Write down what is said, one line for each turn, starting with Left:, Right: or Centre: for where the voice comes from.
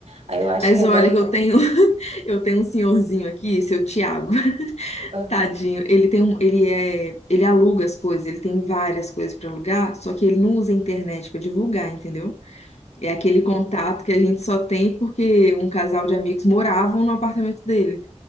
Right: Aí eu acho
Left: Mas
Right: que é
Left: olha
Right: mais.
Left: que eu tenho <laughs> eu tenho um senhorzinho aqui, seu Tiago, <laughs>
Right: Aham,
Left: tadinho. Ele tem um, ele é, ele aluga as coisas, ele tem várias coisas para alugar, só que ele não usa a internet para divulgar, entendeu? É aquele contato que a gente só tem porque um casal de amigos moravam no apartamento dele.